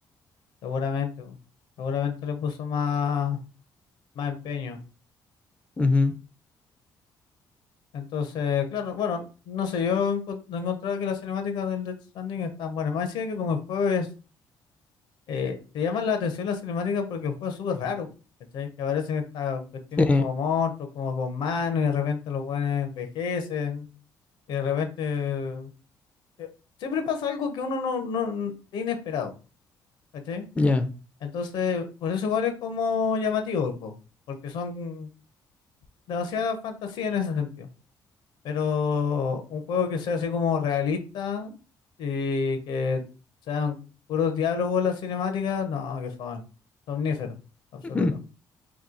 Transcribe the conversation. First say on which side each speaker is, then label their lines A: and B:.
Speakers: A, on the left (about 75°); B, on the left (about 15°).
A: seguramente. po. Seguramente le puso más, más empeño.
B: Ujú.
A: Entonces, claro, bueno, no sé, yo enco- no encontraba que las cinemáticas del Death Stranding están buenas. Más decía que como el juego es, eh, te llaman la atención las cinemáticas porque el juego es súper raro, ¿cachai? Que aparecen estas cuestiones
B: Sí,
A: como monstruos, como con manos, y de repente los buenos envejecen, y de repente... eh, siempre pasa algo que uno no, no, no- es inesperado, ¿cachai?
B: ya.
A: Entonces, por eso igual es como llamativo el juego, porque son demasiada fantasía en ese sentido. Pero un juego que sea así como realista y que sean puros diálogos en las cinemáticas, no, qué fome. Somnífero, absoluto.
B: <laughs>